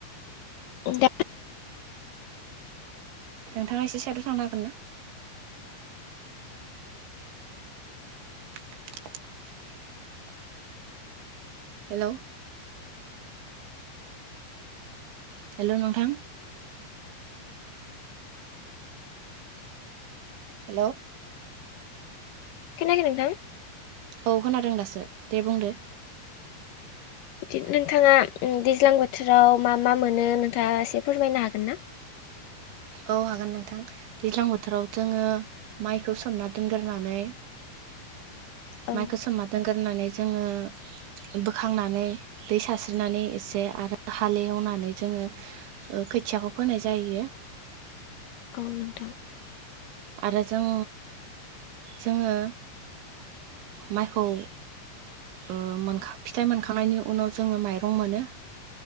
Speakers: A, on the left; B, on the right.
A: दा <unintelligible>
B: नोंथाङा एसे साइडाव थांनो हागोन ना? <inaudible> हेलौ हेलौ नोंथां हेलौ
A: खोनायाखै नोंथां?
B: औ खोनादों दासो दे बुंदो
A: बिदि नोंथाङा दैज्लां बोथोराव मा मा मोनो नोंथाङा एसे फोरमायनो हागोन ना?
B: औ हागोन नोंथां दैज्लां बोथोराव जोङो माइखौ सोमना दोनग्रोनानै
A: औ
B: माइखौ सोमना दोनगोर नानै जोङो बोखांनानै दै सास्रिनानै एसे आरो हालेवनानै जोङो खोथियाखौ फोनाय जायो
A: औ नोंथां
B: आरो जों जोङो माइखौ ओ मोनखा फिथाइ मोनखांनायनि उनाव जोङो माइरं मोनो